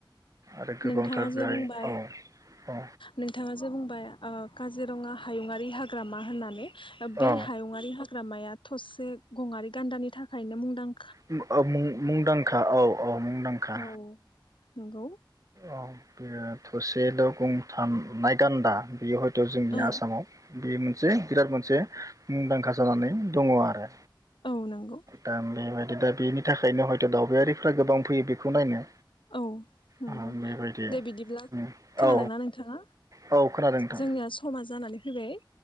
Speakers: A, on the right; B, on the left.
A: आरो गोबांथार
B: नोंथाङा जे
A: बेहाय
B: बुंबाय
A: औ औ
B: नोंथाङा जे बुंबाय ओ काजिरङा हायुङारि हाग्रामा होननानै। बे
A: औ
B: हायुङारि हा हाग्रामाया थसे गंआरि गान्दानि थाखायनो मुंदां
A: उम औ मुं मुंदांखा औ औ मुं दांखा
B: औ नंगौ।
A: औ बेयो थसेल' गं थानाय गान्दा बेयो हयथ' जोंनि
B: औ
A: आसामाव बे मोनसे बिराद मोनसे मुंदांखा जानानै दङ आरो।
B: औ नंगौ
A: दा बेबायदि दा बे थाखायनो हयथ' दावबायारिफोरा गोबां फैयो बेखौ नायनो।
B: औ नंगौ
A: बेबायदि
B: दे बिदिब्ला
A: उम
B: खोनादोंना
A: औ
B: नोंथाङा?
A: औ खोनादों नोंथां
B: जोंनिया समा जानानै फैबाय